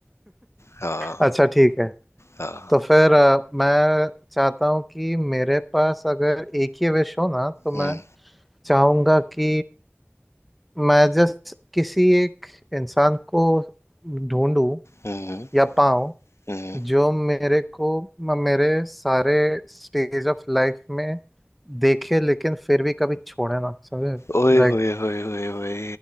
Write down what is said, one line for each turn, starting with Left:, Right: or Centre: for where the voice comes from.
Left: हाँ
Centre: अच्छा ठीक है
Left: हाँ
Centre: तो फिर अ, मैं चाहता हूँ कि मेरे पास अगर एक ही विश हो ना तो मैं
Left: हम्म
Centre: चाहूंगा कि मैं जस्ट किसी एक इंसान को ढूंढूं
Left: हम्म हम्म
Centre: या पाऊं
Left: हम्म।
Centre: जो मेरे को म- मेरे सारे स्टेज ऑफ लाइफ में देखे लेकिन फिर भी कभी छोड़े ना समझे
Left: ओए
Centre: लाइक
Left: होए होए होए होए